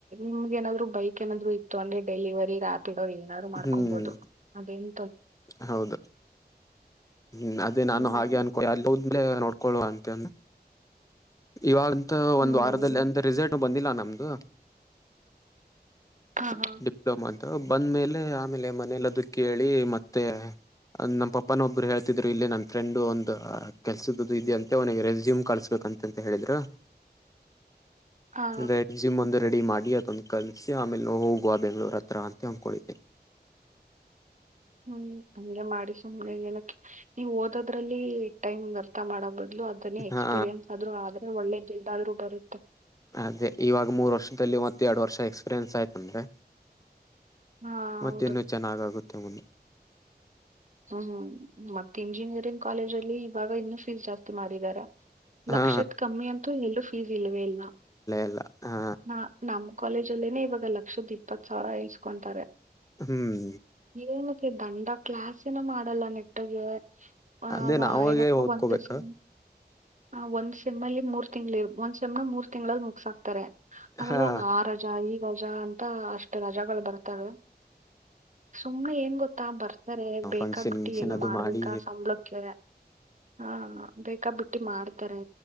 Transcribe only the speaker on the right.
ನಿಮ್ಗೆ ಏನಾದ್ರು ಬೈಕ್ ಏನಾದ್ರು ಇತ್ತು ಅಂದ್ರೆ ಡೆಲಿವರಿ ರಾತ್ ಗ್ ಏನಾದ್ರು ಮಾಡ್ಕೊಬಹದು
ಅದೇನ್
ಹ್ಮ್
ಹ್ಮ್
ಹಾ ಹಾ
ಹಾ
<unintelligible> ಹ್ಮ್ ಹಂಗೆ ಮಾಡಿ ಸುಮ್ ಏನ ನೀವು ಓದೋದ್ರಲ್ಲಿ ಟೈಮ್ ವ್ಯರ್ಥ ಮಾಡಬ ಇಲ್ಲ ಅದನ್ನೇ ಎಕ್ಸ್ಪೀರಿಯೆನ್ಸ್
ಆದ್ರರು ಆದ್ರೆ ಒಳ್ಳೇ ದುಡ್ಡು ಆದ್ರರು ಬರುತ್ತೆ
ಹಾ
ಹೌದು
ಹ್ಮ್ ಮತ್ತೆ ಇಂಜಿನಿಯರಿಂಗ್ ಕಾಲೇಜ್ ಅಲ್ಲಿ ಇವಾಗ ಇನ್ನು <unintelligible> ಮಾಡಿದಾರಾ
ಲಕ್ಷ ಕಮ್ಮಿ ಅಂತ ಎ ಇಲ್ವೆ ಇಲ್ಲ
ನಾ ನಮಗ್ ಕಾಲೇಜ ಅಲ್ಲೇನೆ ಇವಾಗ ಲಕ್ಷದ್ ಇಪ್ಪತ್ ಸಾವಿರ ಇಸ್ಕೊಂತಾರೆ.
ಏನಕ್ಕೆ ದಂಡ ಕ್ಲಾಸ್ ನು ಮಾಡಲ್ಲ ನೆಟ್ಟಗೆ. ಹ
ವಾ
ಏನಪ್ಪ
ಒಂದು ಸಿ ಹ ಒಂದ್ ಸೇಮ್ ಅಲ್ಲಿ ಮೂರ್ ತಿಂಗ್ಳ ಇ ಒಂದ್ ಸೆಮ್ನ ಮೂರ್ ತಿಂಗಳಲ್ಲಿ ಮುಗಸಾಕ್ತಾರೆ. ಅದ್ರಲ್ಲ
ಒಂದ ಆ ರಜಾ ಈ ರಜಾ ಅಂತ ಅಷ್ಟ ರಜಗಳ ಬರ್ತಾವೆ. ಸುಮ್ನೆ ಏನ್ ಗೊತ್ತಾ ಬರ್ತಾರೆ ಬೇಕಾಬಿಟ್ಟಿ
ಏನೊ
ಮಾಡ್ಬೇಕ
ಸಂಬಳಕ್ಕೆ. ಹಾ ಬೇಕಾ ಬಿಟ್ಟಿ ಮಾಡ್ತಾರೆ